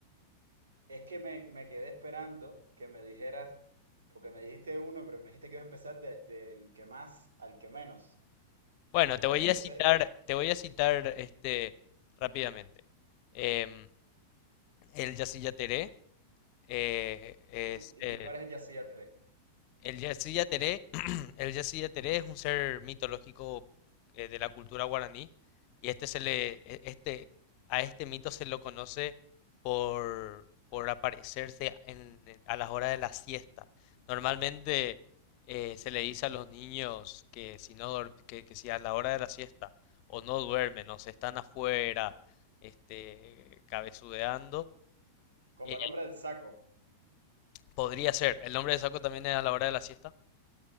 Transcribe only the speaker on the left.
Bueno, te
voy a Em, citar, te voy a citar este rápidamente. Em, el Yacyretá eh, es
eh,
El Yassi Yateré, <clears throat> el Yassi Yateré es un ser mitológico eh, de la cultura guaraní y este se le, e- este, a este mito se lo conoce por, por aparecerse en- en- a las horas de la siesta. Normalmente eh, se le dice a los niños que si no duer- que, que si a la hora de la siesta o no duermen o se están afuera este, cabezudeando,
eh,
podría ser. ¿El nombre de saco también es a la hora de la siesta?